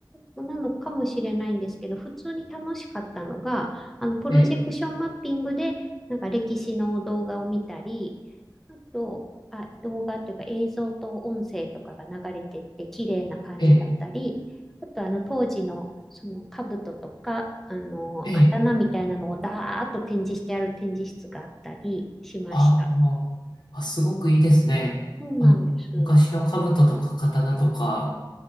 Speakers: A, in the centre; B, on the left.
A: ななのかもしれないんですけど、普通に楽しかったのが、あの、プロジェクションマッピングで、
B: ええ、
A: なんか歴史の動画を見たり、あと、あ、動画っていうか映像と音声とかが流れてって綺麗な感じだったり、
B: ええ、
A: あとあの当時のその兜とか、あの、
B: ええ、
A: 刀みたいなのをダーッと展示してある展示室があったりしました。
B: あーおーあ、すごくいいですね。
A: そうなんです。
B: あの、昔の兜とか刀とか、